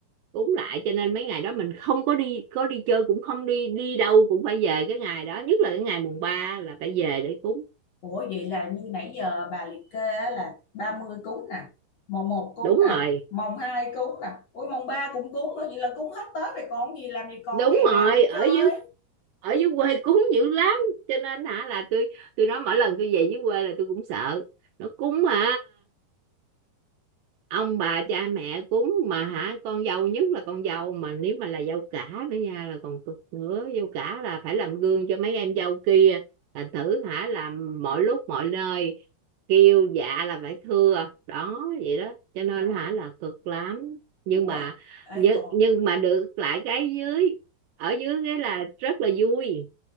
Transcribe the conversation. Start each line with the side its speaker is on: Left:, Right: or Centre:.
Right: cúng lại cho nên mấy ngày đó mình không có đi có đi chơi cũng không đi đi đâu cũng phải về cái ngày đó nhất là cái ngày mùng ba là phải về để cúng
Left: Ủa vậy là như nãy giờ bà liệt kê á là 30 cúng nè, mồng một cúng
Right: đúng
Left: nè,
Right: rồi
Left: mồng 2 cúng nè, ủa mồng 3 cũng cúng nữa, vậy là cúng hết Tết rồi còn gì làm gì còn
Right: đúng
Left: ngày nào
Right: rồi
Left: đi
Right: ở
Left: chơi.
Right: dưới ở dưới quê cúng dữ lắm cho nên hả là tôi tôi nói mỗi lần tôi về dưới quê là tôi cũng sợ nó cúng mà ông bà cha mẹ cúng mà hả con dâu nhất là con dâu mà nếu mà là dâu cả nữa nha là còn cực nữa dâu cả là phải làm gương cho mấy em dâu kia là thử hả làm mọi lúc mọi nơi kêu dạ là phải thưa đó vậy đó cho nên
Left: Trời,
Right: hả là cực lắm nhưng
Left: ủa,
Right: mà
Left: ấy
Right: nhưng,
Left: còn
Right: nhưng mà được lại cái dưới ở dưới cái là rất là vui